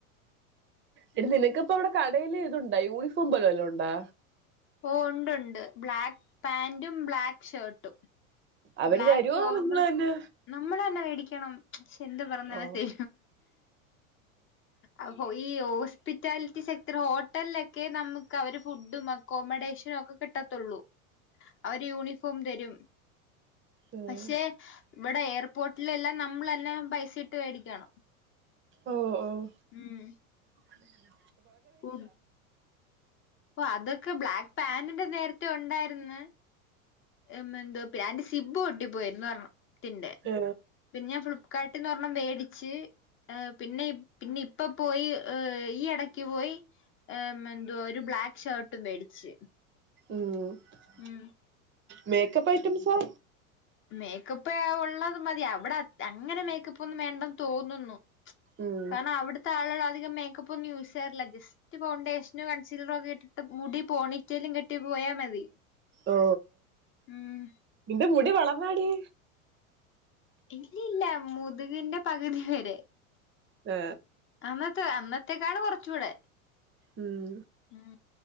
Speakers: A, on the right; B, on the left.
A: എടി നിനക്കിപ്പം അവിടെ കടേല് ഇതുണ്ടോ യൂണിഫോം പോലെ വല്ലോ ഒണ്ടാ
B: ഓ ഒണ്ട്ണ്ട് ബ്ലാക്ക് പാന്റും ബ്ലാക്ക് ഷർട്ടും
A: അവര്
B: ബ്ലാക്ക്
A: തരുവോ
B: ഫോർമൽ
A: നിങ്ങള് തന്നെ
B: നമ്മളന്നെ മേടിക്കണം ഷെന്റ് പറഞ്ഞവരത്തെ
A: ഓ
B: അപ്പോ ഈ ഓസ് പിറ്റാലിറ്റി സെക്ടർ ഹോട്ടലിലൊക്കെ നമുക്ക് അവര് ഫുഡും അക്കോമഡേഷനും ഒക്കെ കിട്ടത്തുള്ളൂ അവര് യൂണിഫോം തരും
A: ഉം.
B: പക്ഷെ ഇവിടെ ഏർ പോട്ടിലെല്ലാം നമ്മള് തന്നെ പൈസ ഇട്ട് വേടിക്കണം
A: ഓഹ് ഓഹ്
B: ഉം
A: കൊള്ളിലല്ലോ
B: പോ ഓഹ് അതൊക്കെ ബ്ലാക്ക് പാന്റിന്റെ നേരത്തെ ഉണ്ടാര്ന്ന് എമ്മെന്തൊ പാന്റ് സിബ്ബ് പൊട്ടിപ്പോയിരുന്നു പർഞ്ഞു ത്തിന്റെ
A: ഏ
B: പിന്നെ ഞാൻ ഫ്ലിപ്പ് കാർട്ട്ന്ന് ഒര്ണ്ണം വെടിച്ച് പിന്നെ ഇ പിന്നെ ഇപ്പ പോയി ഈ എടക്ക് പോയി എന്തുവാ ഒരു ബ്ലാക്ക് ഷർട്ടും വെടിച്ച്
A: ഉം
B: ഉം
A: മേക്കപ്പ് ഐറ്റംസോ
B: മേക്കപ്പ് ഒള്ളത് മതി അവടെ അ അങ്ങനെ മേക്കപ്പ് ഒന്നും വേണ്ടെന്ന് തോന്നുന്നു
A: ഉം.
B: കാരണം അവട്ത്തെ ആള്കള് അധികം മേക്കപ്പ് ഒന്നും യൂസ് ചെയ്യാറില്ല ജസ് റ്റ് ഫൗണ്ടേഷ്നും കൺസീലറും ഒക്ക ഇട്ടിട്ട് മുടി പോണിറ്റയിലും കെട്ടി പോയാ മതി
A: ഓ
B: ഉം
A: നിന്റെ മുടി വളർന്നാടി
B: ഇല്ലില്ല മുതുകിന്റെ പകുതി വരെ
A: ആ
B: അന്നത്തെ അന്നത്തേക്കാളും കൊർച്ചൂടെ
A: ഉം
B: ഉം